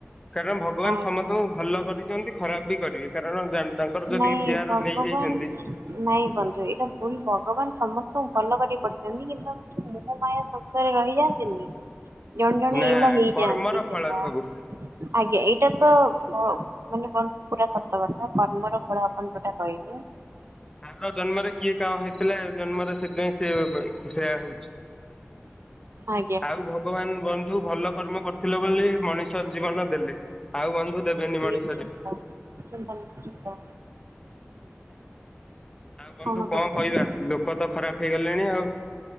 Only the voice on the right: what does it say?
ଆଜ୍ଞା।
ନାଇଁ
ଭଗବାନ
ନାଇଁ ବନ୍ଧୁ ଏଇଟା ଭୁଲ ଭଗବାନ ସମସ୍ତଙ୍କୁ ଭଲ କରି ପଠେଇଛନ୍ତି କିନ୍ତୁ ଆମେ ଯୋଉ ମୁଁ ମୋହ ମାୟା ସଂସରେ ରହିଯାଆନ୍ତିନି ଜଣେ ଜଣେ
ଏଇଭଳିଆ ହେଇଯାଆନ୍ତି
ସେଇଭଳିଆ
ଆଜ୍ଞା ଏଇଟା ତ ମାନେ ବନ୍ଧୁ ପୁରା ସତ କଥା କର୍ମର ଫଳ ଆପଣ ଯୋଉଟା କହିଲେ।
ହଁ
ନିଶ୍ଚିନ୍ତ ନିଶ୍ଚିନ୍ତ ନିଶ୍ଚିନ୍ତ।
କଣ କରିପାରିବି